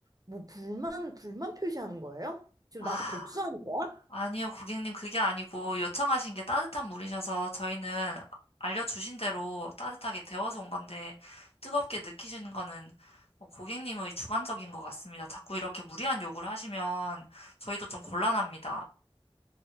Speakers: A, on the right (about 40°); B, on the left (about 75°).
A: 뭐 불만, 불만 표시하는 거예요? 지금
B: 아,
A: 나한테 복수하는 거야?
B: 아니요, 고객님, 그게 아니고 요청하신 게 따뜻한 물이셔서 저희는 알려주신 대로 따뜻하게 데워서 온 건데 뜨겁게 느끼시는 거는 어, 고객님의 주관적인 것 같습니다. 자꾸 이렇게 무리한 요구를 하시면 저희도 좀 곤란합니다.